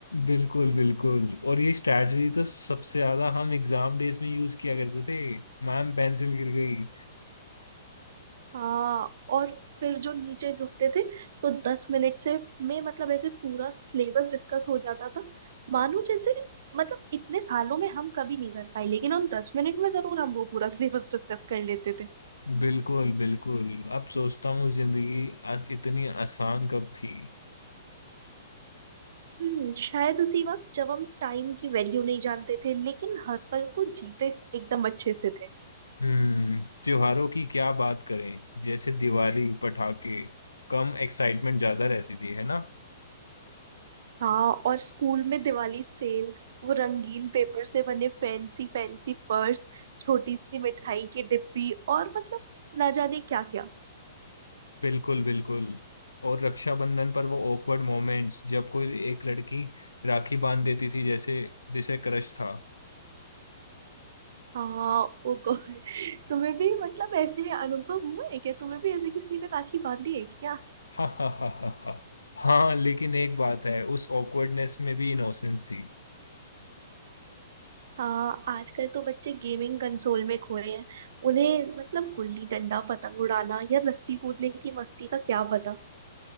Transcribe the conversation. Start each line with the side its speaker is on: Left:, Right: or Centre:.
Left: बिल्कुल बिल्कुल और ये स्ट्रैटेजी तो सबसे ज्यादा हम एग्जाम डेज में यूज किया करते थे मैम पेंसिल गिर गई
Right: हाँ और फिर जो नीचे रुकते थे तो दस मिनट से में मतलब ऐसे पूरा सिलेबस डिस्कस हो जाता था मानो जैसे मतलब इतने सालों में हम कभी नहीं कर पाए लेकिन हम दस मिनट में जरूर हम वो पूरा सिलेबस डिस्कस कर लेते थे
Left: बिल्कुल बिल्कुल अब सोचता हूँ जिंदगी आ- इतनी आसान कब थी
Right: हम्म शायद उसी वक्त जब हम टाइम की वैल्यू नहीं जानते थे लेकिन हर पल को जीते एकदम अच्छे से थे
Left: हम्म त्योहारों की क्या बात करें जैसे दिवाली पटाखे कम एक्साइटमेंट ज्यादा रहती थी है ना
Right: हाँ और स्कूल में दिवाली सेल वो रंगीन पेपर से बने फैंसी फैंसी पर्स छोटी सी मिठाई की डिब्बी और मतलब ना जाने क्या क्या
Left: बिल्कुल बिल्कुल और रक्षाबंधन पर वो awkward मोमेंट्स जब कोई एक लड़की राखी बांध देती थी जैसे जिसे क्रश था
Right: हाँ ओ गॉड तुम्हें भी मतलब ऐसे अनुभव हुआ है क्या तुम्हें भी ऐसे किसी ने राखी बांधी है क्या
Left: <laughs> हा हा हा हा हा हाँ लेकिन एक बात है उस awkwardness में भी इनोसेंस थी
Right: हाँ आजकल तो बच्चे गेमिंग कंसोल में खोए हैं उन्हें मतलब गुल्ली डंडा पतंग उड़ाना या रस्सी कूदने की मस्ती का क्या पता